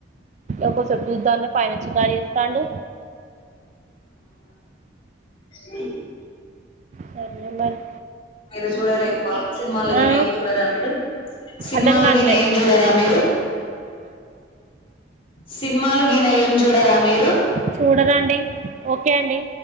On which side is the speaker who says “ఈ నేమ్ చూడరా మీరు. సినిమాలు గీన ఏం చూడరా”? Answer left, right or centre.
Left